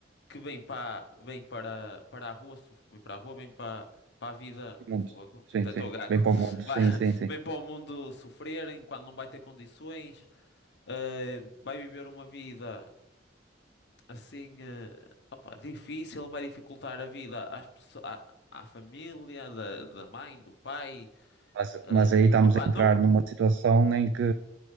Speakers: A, on the left (about 65°); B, on the right (about 75°).
A: que vem para, vem para, para a rua, sof- vem para a rua, vem para, para a vida,
B: para o mundo.
A: fogo,
B: Sim,
A: estou
B: sim.
A: gago,
B: Bem para o mundo.
A: <laughs>
B: Sim,
A: Vai-
B: sim, sim.
A: vem para o mundo sofrer enquanto não vai ter condições. Uh, vai viver uma vida assim, eh, opa, difícil, vai dificultar a vida às pessoas, à, à família, da, da mãe, do pai.
B: Mas,
A: eh,
B: mas aí estamos
A: opa,
B: a entrar
A: não.
B: numa situação em que